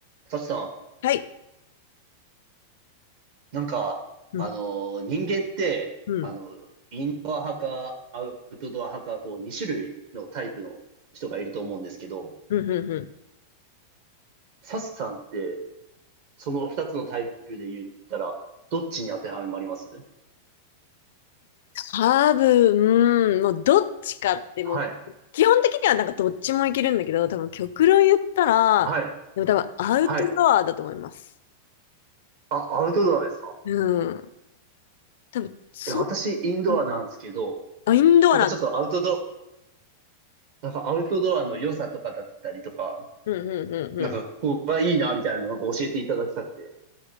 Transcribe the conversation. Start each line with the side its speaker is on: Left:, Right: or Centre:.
Right: サチさん、
Left: はい。
Right: なんか、
Left: うん、
Right: あのー人間って、
Left: うん、
Right: あの、インドア派か、アウトドア派か、こう、2種類のタイプの人がいると思うんですけど、
Left: うん、うん。うん
Right: サチさんって、その2つのタイプで言ったら、どっちに当てはまります
Left: 多分、もうどっちかってもう、
Right: はい、
Left: 基本的にはなんかどっちもいけるんだけど、多分極論言ったら、
Right: はい、
Left: でも多分アウトドアだと思います。
Right: はい。あ、アウトドアですか
Left: うん。多分、そう、
Right: え、私、インドアなんですけど、
Left: うんあ、インドアなんだ。
Right: なんかちょっとアウトド、なんかアウトドアの良さとかだったりとか、
Left: うん、うん、うん、
Right: なんかここがいいな、
Left: う
Right: みたいなのなんか教えていただきたくて。